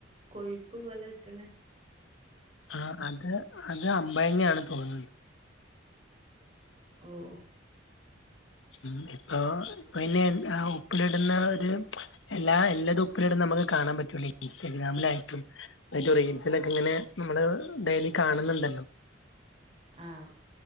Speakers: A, on the right; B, on the left.
A: കൊയ്പ്പ് പോല നിക്ക്ണെ
B: ആഹ് അത് അത് അമ്പയങ്ങാണെന്ന് തോന്ന്ണ്
A: ഓഹ്
B: മ് ഇപ്പൊ പിന്നെ എ അ ഉപ്പിലിട്ന്ന ഒര് എല്ലാ എല്ലതും ഉപ്പിലിടും നമ്മക്ക് കാണാം പറ്റൂല്ലെ ഇൻസ്റ്റാഗ്രാമിലായിട്ടും അയ്ന്റൊ റീൽസിലെക്ക ഇങ്ങനെ നമ്മള് ഡെലി കാണ്ന്നുണ്ടല്ലോ
A: ആഹ്